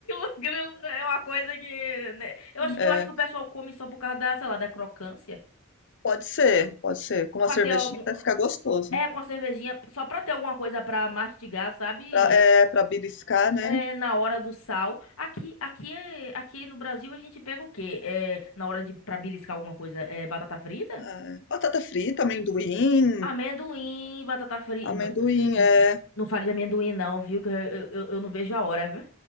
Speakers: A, on the left; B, on the left.
A: <laughs> grilo, grilo é uma coisa que, né? Eu acho,
B: É,
A: eu acho que o pessoal come só por causa da, sei lá, da crocância.
B: pode ser, pode ser. Com
A: É
B: uma
A: Pra
B: cervejinha
A: ter algum...
B: vai ficar gostoso.
A: É, com a cervejinha, só pra ter alguma coisa pra mastigar, sabe?
B: Pra, é, pra beliscar, né?
A: É, na hora do sal. Aqui, aqui, é- aqui no Brasil a gente pega o quê? É, na hora de, pra beliscar alguma coisa, é batata frita?
B: É, batata frita, amendoim.
A: Amendoim, batata frita.
B: Amendoim,
A: Não, não,
B: é.
A: não fale de amendoim, não, viu? Que eu, eu, eu não vejo a hora, viu?